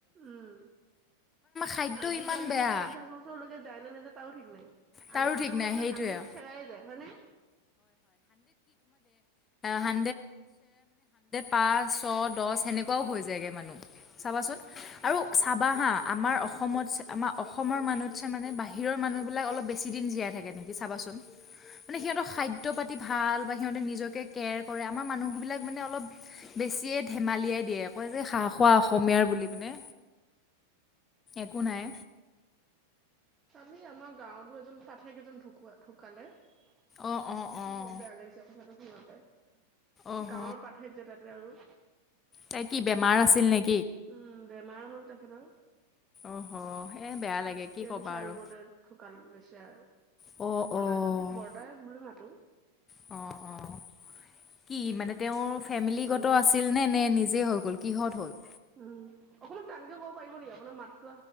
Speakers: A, on the right; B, on the left.
A: উম,
B: খাদ্য
A: আজিকালিিতো
B: ইমান বেয়া
A: পঞ্চাশ বছৰলৈকে যায়নে নাযায় তও ঠিক নাই
B: তাৰো
A: আগৰ মানুহ
B: ঠিক নাই
A: বিলাক
B: সেইটোৱে।
A: হাড্ৰেড চেৰাই যায় হয়নে।
B: হা পচ দ সেনেকুৱাও হৈ যগ ম চাবান আৰু চাবা হা আমাৰ অসম - আমাৰ অসম মানুত মানে ব হিৰৰ মানুহবিলাক অলপ বেছি দিন জীয়াই থাকে। নেকি চাবাচোন মানে সিহঁতৰ খাদ্য পাতি ভাল বা সিহতে নিজকে কেয়াৰ কৰে আমাৰ মানুহ বিলাক মানে অলপ বেছিয়ে ধেমালিয়াই দিয়ে কয় যে খাৰ খোৱা অসমীয়াৰ বুলি। নে একো নাই।
A: কালি আমাৰ গাৱতো এজন পাঠেক এজন ঢুকুৱা ঢুকালে। বৰ
B: অঁ অঁ অঁ
A: বেয়া লাগিছে আপোনাৰ চতে ঘুম হয়।
B: অহ
A: গাৱৰ পাথেক যে তাতে আৰু।
B: তাই কি বেমাৰ আছিল নেকি।
A: উম বেমাৰ হ'ল তেখেতৰ।
B: অহ এই বেয়া লাগে
A: হয়,
B: কি
A: কেনচাৰ
B: ক'বা আৰু
A: ৰোগতে ঢুকাল বেচেৰা,
B: অ', অ'।
A: বৰদাজন, বৰদাই বুলি মাতো।
B: অ', অ'। কি মানে তেওঁৰ ফেমিলিগত
A: মানুহজন
B: আছিল নে নে নিজে হৈ গ'ল? কিহত হ'ল?
A: উম, অকণমান টানকে ক'ব পাৰিব নেকি, আপোনাৰ মাত